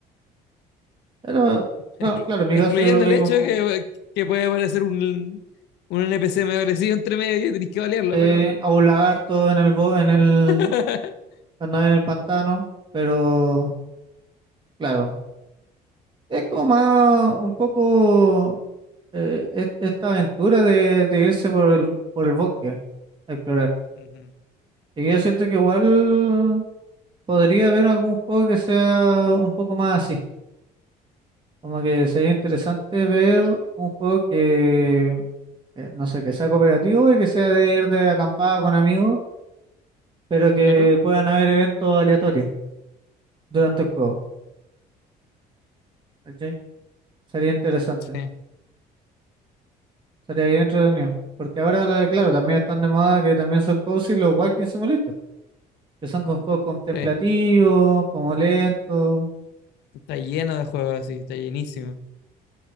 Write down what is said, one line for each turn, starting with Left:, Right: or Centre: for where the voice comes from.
Right: Pero, bueno,
Left: Exclu-
Right: claro, en mi
Left: excluyendo
Right: caso yo lo vi
Left: el hecho
Right: como
Left: de que, que puede aparecer un, un NPC medio agresivo entre medio y tenés que balearlo,
Right: eh,
Left: pero.
Right: a un lagarto en el, bo- en el,
Left: <laughs>
Right: cuando en el pantano, pero claro, es como más un poco eh, es- esta aventura de, de irse por el, por el bosque a explorar.
Left: Ujú.
Right: Y que yo siento que igual podría haber algún juego que sea un poco más así, como que sería interesante ver un juego que, eh, no sé, que sea cooperativo y que sea de ir de acampada con amigos pero que
Left: Claro.
Right: puedan haber eventos aleatorios durante el juego, ¿cachai? Sería interesante,
Left: Sí,
Right: sería bien entretenido. Porque ahora, lo- claro, también están de moda que también son cozy los walking simulators, que son con juegos contemplativos,
Left: sí.
Right: como lentos,
Left: Está lleno de juegos así, está llenísimo.